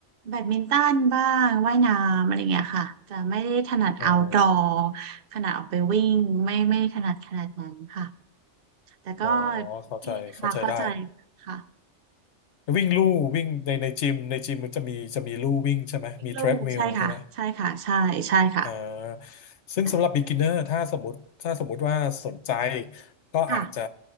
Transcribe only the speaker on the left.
เออ
อ๋อเข้าใจเข้าใจได้
วิ่งลู่วิ่งในในจิมในจิมมันจะมีจะมีลู่วิ่งใช่ไหมมีเทรดมิลใช่ไหม
อ่าซึ่งสำหรับ
beginner ถ้าสมมติถ้าสมมุติว่าสนใจ ก็อาจจะ